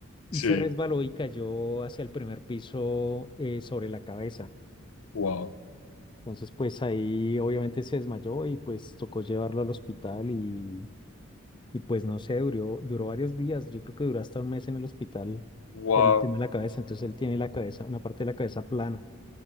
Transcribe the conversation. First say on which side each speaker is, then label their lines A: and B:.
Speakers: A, on the left (about 20°); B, on the left (about 85°).
A: y
B: sí,
A: se resbaló y cayó hacia el primer piso eh, sobre la cabeza.
B: wow,
A: Entonces, pues ahí obviamente se desmayó y pues tocó llevarlo al hospital y, y pues no sé, duró, duró varios días, yo creo que duró hasta un mes en el hospital
B: wow,
A: por el tema de la cabeza. Entonces él tiene la cabeza, una parte de la cabeza plana,